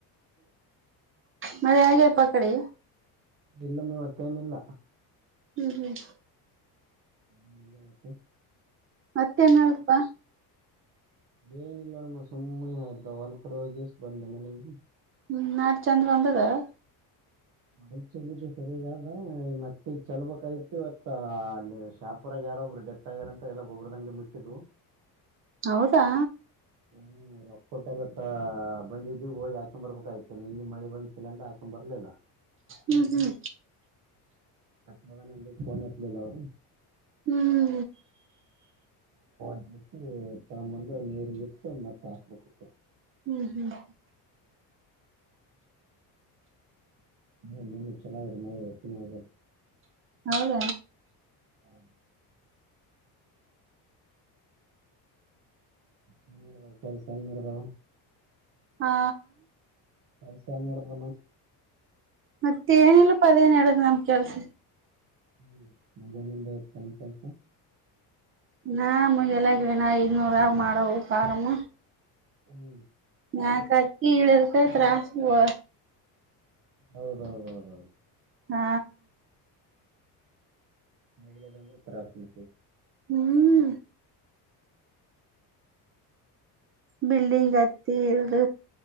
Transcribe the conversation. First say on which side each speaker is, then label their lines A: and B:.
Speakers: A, on the right (about 30°); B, on the right (about 50°).
A: ಮಳೆ ಹೆಗಪ್ಪ ಅ ಕಡೆ
B: ಇಲ್ಲಮ್ಮ ಇವತ್ತೇನಿಲ್ಲ
A: ಹ್ಮ್ ಹ್ಮ್
B: ಹ್ಮ್ ಮಲ್ಲ ಅ <unintelligible>
A: ಮತ್ತೆ ನ್ ಹೇಳಪ್ಪ
B: ಬೇ ನಿಲ್ಲೋಣಮ್ಮ ಸುಮ್ಮನೆ ಆಯತ ಹೊಲ್ ಕಡೆ ಎಷ್ಟ ಬಂದೆ ಮನೆಗೆ
A: ಹ್ಮ್ <inaudible> ಚೆಂದ ಬಂದಿದೆ
B: ಮೊದ ಚಲಿದ್ದ ಸರಿಗಾದ ಮತ್ತೆ ಚೆಲ್ಬೇಕಾಗಿತ್ತುವತ್ತ ಆ ಅಲ್ಲಿ ಶಾಪುರಾಗ ಯಾರೊಬ್ರು ಡೆಷಳತ್ ಆಗ್ಯಾರಂತ ಎಲ್ಲ ಗೊಬ್ಬರದಂಗ್ಗೆ ಮುಚ್ಚಿದ್ವು.
A: ಹೌದಾ
B: ಹ್ಮ್ ಕೊಟ್ಟರತ್ತ ಬಂದಿದ್ದವಿ ಹೋಗಿ ಹಾಕೊಂಡ್ ಬರ್ಬೇಕ ಆ್ತು ನಿನ್ನ ಮಳೆ ಬಂದ್ಸಿಲ್ಲ ಅಂತ ಹಾಕೊಂಡ್ ಬರ್ಲಿಲ್ಲ
A: ಹ್ಮ್ ಹ್ಮ್
B: ಅ ನಂದು ಫೋನ್ ಎತ್ತಲಿಲ್ಲ ಅವರು.
A: ಹ್ಮ್
B: <inaudible> ನಮ್ಮಂದು ನೀರಿಗೆ ಬಿಟ್ಟ ಮತ್ತೆ ಹಾಕಬೇಕ.
A: ಹ್ಮ್ ಹ್ಮ್
B: ಹ್ಮ ನಿನ್ನ ಚನ್ನಾಗಲ್ಲ ಮಳೆ ಚ ಆ
A: ಹೌದ
B: ಹೌ <inaudible> ದಾವ ಸರಿ ಸಣ್ಣ ಇದಾವ
A: ಹಾ
B: ಕೆಲಸ ಹೆಂನ್ನಡಮ
A: ಮತ್ತೇಏನಿಲ್ಲಪ್ಪ ಅದೇನ ಹೇಳದು ನಮ ಕೆಲ್ಸ,
B: ಹ್ಮ್ ಮಂಜದನಿಂದ ತನ ಕಳ್ತ
A: ನಾ ಮುಗಲ್ಲಾಗಿನ ಐದ್ನೂರ ಮಾಡವ ಆರಾಮ
B: ಹ್ಮ್
A: ನಕಕಿ ಇಳಕ ತತ್ರಾಸ ಹ
B: ಹೌದೌದೌದೌದು
A: ಹಾ
B: ಹಾಗಂದ್ರೆ ತಾಸನ
A: ಹ್ಮ್ ಬಿಲ್ಡಿಂಗ್ ಹತ್ತ ಇಳ್ದ